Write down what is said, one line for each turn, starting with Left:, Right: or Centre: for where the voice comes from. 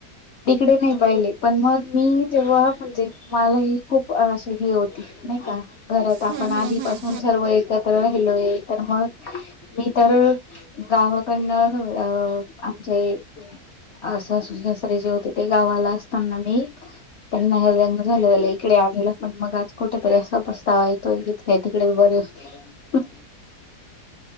Left: तिकडे नाही पहिले, पण मग मी जेव्हा म्हणजे मला ही खूप असे हे होती नाही का? घरात आपण
Right: हम्म,
Left: आधीपासून
Right: हम्म, हम्म,
Left: सर्व एकत्र राहिलोय तर मग, मी तर गावाकडन अ आमचे अ सासु सासरे जे होते, ते गावाला असताना मी पण <unintelligible> झाल्या झाल्या एक तिकडे आढलं पण मग आज कुठ तरी असा पस्तावा येतोय की, नाही तिकडेच बरे होते. <inaudible>